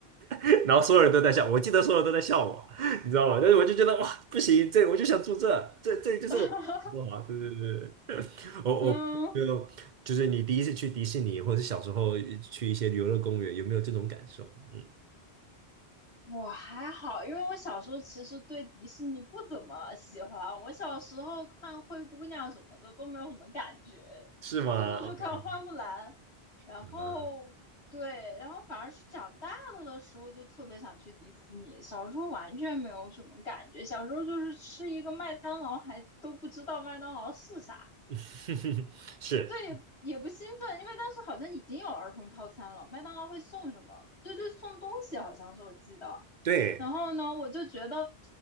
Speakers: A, on the right; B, on the left.
A: <laughs> 然后所有人都在笑，我记得所有人都在笑我，你知道吗？但是我就觉得哇，不行，这我就想住这，这这就是我。
B: <laughs>
A: 哇，对对对，对 <laughs> 我我就就是你第一次去迪士尼，
B: 嗯，
A: 或者是小时候去一些游乐公园，有没有这种感受？嗯，
B: 我还好，因为我小时候其实对迪士尼不怎么喜欢，我小时候看灰姑娘什么的都没有什么感觉，
A: 是吗？OK。
B: 最多就看花木兰，然后对，
A: 嗯，
B: 然后反而是长大了的时候就特别想去迪士尼，小时候完全没有什么感觉，小时候就是吃一个麦当劳还都不知道麦当劳是啥。
A: <laughs> 是，
B: 对，也不兴奋，因为当时好像已经有儿童套餐了，麦当劳会送什么？对对，送东西好像是我记得。
A: 对，
B: 然后呢，我就觉得